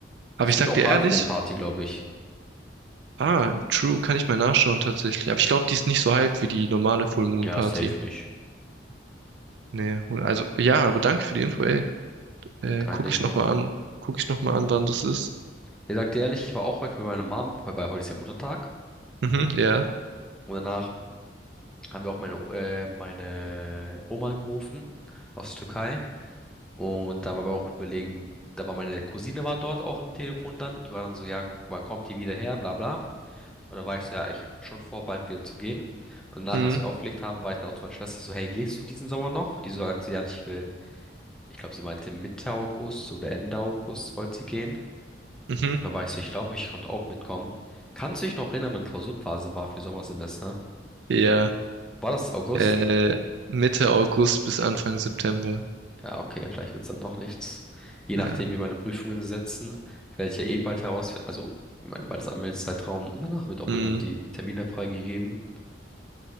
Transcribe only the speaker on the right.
Aber
ich
sag
dir
ehrlich,
ah, true, kann ich mal nachschauen tatsächlich. Aber ich glaube, die ist nicht so hyped wie die normale Full Moon
Party.
Nee, also, ja, aber danke für die Info, ey. Äh,
guck
ich nochmal
an. Guck ich nochmal an, wann das ist.
Mhm, ja.
Mhm,
mhm,
ja.
Äh, Mitte August bis Anfang September.
Äh,
mhm.